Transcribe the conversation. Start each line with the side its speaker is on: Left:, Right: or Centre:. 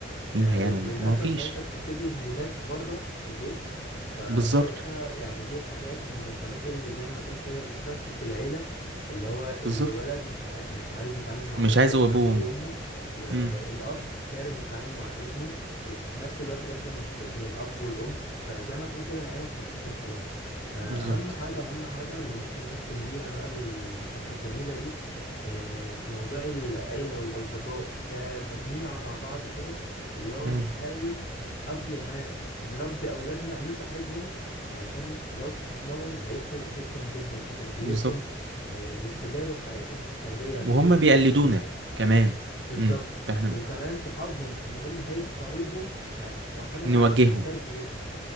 Left: يعني
Right: مين هيعمل
Left: للأسف
Right: معايا ما هو فيش
Left: ساعتها بتتجه لناس بره البيت فساعتها
Right: بالظبط
Left: يعني دي حاجات من الحاجات اللي زي ما نقول كده بتفكك العيلة اللي هو الولد
Right: بالظبط
Left: مش عا... مش عايز يتعامل مع
Right: مش
Left: أبوه
Right: عايز هو ابوه
Left: أبوه
Right: وامه
Left: وأمه والأب
Right: امم
Left: كاره التعامل مع ابنه وفي نفس الوقت بيحصل مشاكل بين الأب والأم فزي ما نقول كده العيلة اتفككت خلاص فأهم
Right: بالظبط
Left: حاجة أهم حاجة اللي ممكن نختم بيها بقى المحادثة الجميلة دي آه، في موضوع العيلة والأصدقاء كتجميعة مع بعض كده اللي هو
Right: امم
Left: نحاول قبل ما نربي أولادنا نصاحبهم علشان لو صاحبناهم هيفرق جدا جدا في تربيتهم
Right: بالظبط
Left: آه، الاستجابة بتاعتهم في التربية هتفرق
Right: وهم
Left: جدا
Right: بيقلدونا
Left: جدا
Right: كمان
Left: بالظبط
Right: امم فاحنا
Left: وكمان صحابهم اللي هم هيختاروهم ه- معتمدة
Right: نوجههم
Left: على حسب تربيتهم